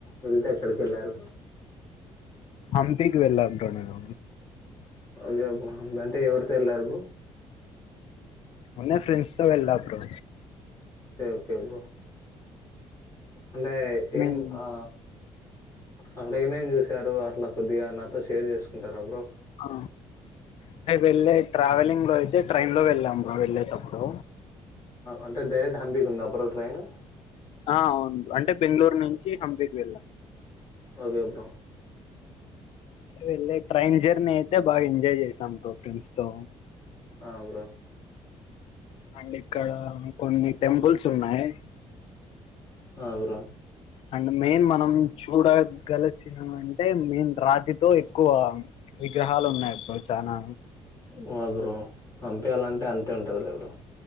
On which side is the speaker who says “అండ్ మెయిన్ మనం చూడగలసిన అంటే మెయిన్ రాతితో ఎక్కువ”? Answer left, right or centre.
Left